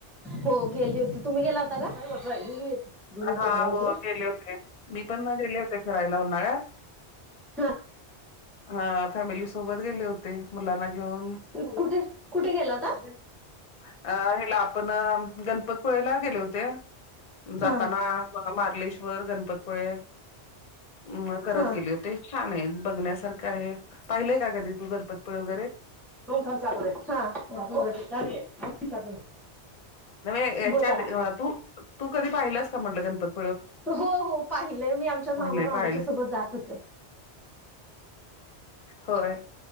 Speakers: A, in the centre; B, on the left.
A: हो गेली होती. तुम्ही गेला होता का? <unintelligible>
B: हा,
A: धरायला
B: हो
A: तुला
B: गेले होते. मी पण मग गेले होते फिरायला उन्हाळ्यात.
A: हा <unintelligible>
B: हा फॅमिली सोबत गेले होते. मुलाला घेऊन.
A: कुठं, कुठे गेला होता?
B: अ ह्याला आपण गणपतपुळेला गेले होते. जाताना
A: हा
B: मार्लेश्वर. गणपतपुळे म करत
A: हा
B: गेले होते. छान आहे. बघण्यासारखं आहे. पाहिलंय का कधी तू गणपतपूळे वगैरे?
A: ओम थांब चा करुया. चा पिउन जा की.
B: <unintelligible>
A: बोला ना
B: तू कधी पाहिलंयस का म्हटलं गणपत
A: हो, हो पाहिलय मी आमच्या मामा,
B: पाहिलंय
A: मामींच्या
B: पाहिलंय
A: सोबत जात होते.
B: होय.